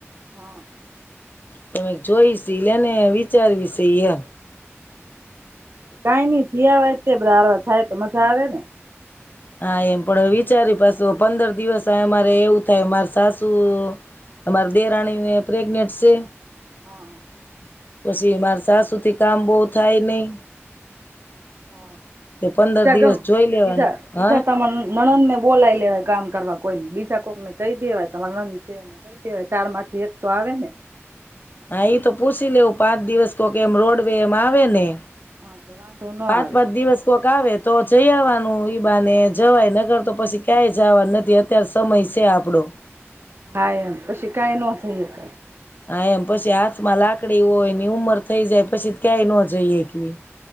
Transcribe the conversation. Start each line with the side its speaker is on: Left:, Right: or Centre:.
Right: હા
Left: તમે જોઈશ એલેને વિચારવી છે એમ
Right: કઈ નહી જયાવાય તે બધા આવા થાય તો મજા આવે ને
Left: હા એમ પણ વિચારી પાછ પંદર દિવસ આ અમારે એવું થાય માર સાસુ અમાર દેરાણીને પ્રેગ્નેન્ટ છે
Right: હા
Left: પછી માર સાસુથી કામ બહ થાય નહી
Right: હા
Left: તે પંદર
Right: બીધા
Left: દિવસ જોઈ લેવાનું
Right: બીધા બીજા
Left: હા
Right: તમા નણંદ બોલાય લેવા છે કામ કરવા કોઈ બીજા કોક ને કહી દેવાય તમારા નંદ છે એને કહી દેવાય ચાર માંથી એક તો આવે ને
Left: હા એ તો પૂછી લેવું પાંચ દિવસ ક કે એમ રોડવેે એમ આવે ને
Right: હા તો વાંધો ન આવે
Left: પાંચ પાંચ દિવસ કોક આવે તો જઈવા ઈબા ને જવાય નગર તો પછી ક્યાંય જવા નથી અત્યારે સમય છે આપડો
Right: હાાય એમ પછી કઈ નહો થ
Left: હા એમ પછી હાથમાં લાકડી હોય ની ઉંમર થઈ જાય પછી ક્યાંય ન જઈએ કેવી